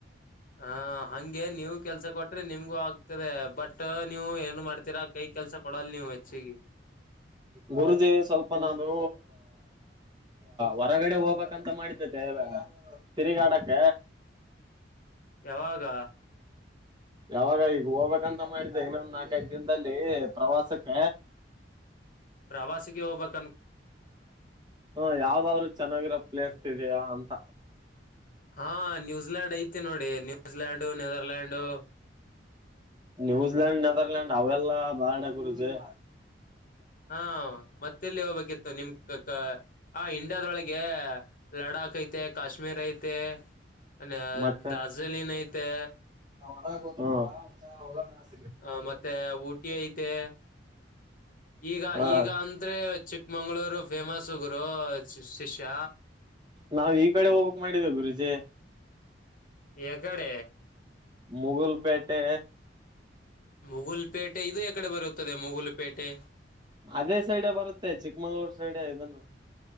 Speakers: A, on the left; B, on the right.
A: ಹಾ ಹಗೆ ನೀವು ಕೆಲ್ಸ ಕೊಟ್ರ ನಿಮ್ಗೂ ಆಗ್ತರಿ ಬಟ್ ನೀವು ಏನ್ ಮಾಡ್ತೀರಾ ಕೈ ಕೆಲ್ಸ ಕೊಡಲ್ ನೀವು. ಬಚ್ಚಿಗೆ.
B: ಗುರು ದೇಶ್ ಅಪ ನಾನು ಹೊರಗಡೆ ಹೋಗ್ಬೇಕಂತ ಮಾಡಿದ್ದೇತೆ. ತಿರಿಗಾಡಕ್ಕ.
A: ಯಾವಾಗ.
B: ಯಾವಾಗ ಈಗ ಹೋಗ್ಬೇಕಂತ ಮಾಡಿದ್ದೆ ಇನ್ನೊಂದು ನಾಕೈದ ದಿನದಲ್ಲಿ ಪ್ರವಾಸಕ್ಕ.
A: ಪ್ರವಾಸಿಗೆ ಹೋಗ್ ಬೇಕ್.
B: ಹ ಯಾವ್ದಾದ್ರು ಚೆನ್ನಾಗಿರೋ ಪ್ಲೇಸ್ ಇದಯಾ ಅಂತ.
A: ಹಾ ನ್ಯೂಜಿಲ್ಯಾಂಡ್ ಐತಿ ನೋಡಿ. ನ್ಯೂಜಿಲ್ಯಾಂಡು ನೆದರ್ಲ್ಯಾಂಡು
B: ನ್ಯೂಜಿಲ್ಯಾಂಡ್ ನೆದರ್ಲ್ಯಾಂಡ್ ಅವೆಲ್ಲ ಬ್ಯಾಡ್ ಗುರೂಜಿ.
A: ಹಾ ಮತ್ತೆಲ್ಲಿ ಹೋಗ್ಬೇಕಿತ್ತು ನಿಮ್ ಕ ಕ ಹ ಇಂಡಿಯಾದೊಳಗೆ. ಲಡಾಖ ಐತೆ. ಕಾಶ್ಮೀರ ಐತೆ ಅ
B: ಮತ್ತೆ
A: ದಾರ್ಜಿಲಿಂನ ಐತೆ.
B: ಹ್.
A: ಹ ಮತ್ತೆ ಊಟಿ ಐತೆ. ಈಗ
B: ಹಾ
A: ಈಗ ಅಂದ್ರೆ ಚಿಕ್ಕಮಂಗಗಳೂರು ಫೇಮಸು ಗುರು. ಶಿಷ್ಯ
B: ನಾವವು ಈ ಕಡೆ ಹೋಗಕ್ ಮಾಡಿದ್ದೇವ ಗುರುಜಿ.
A: ಎ ಕಡೆ.
B: ಮುಗುಲ್ ಪೇಟೆ.
A: ಮುಗುಲ್ ಪೇಟೆ ಇದು ಎಕಡೆ ಬರುತ್ತದೆ ಮುಗುಲ್ ಪೇಟೆ.
B: ಅದೇ ಸೈಡೆ ಬರುತ್ತೆ ಚಿಕ್ಕಮಂಗ್ಳೂರ್ ಸೈಡ್ ಇದನ್ನು.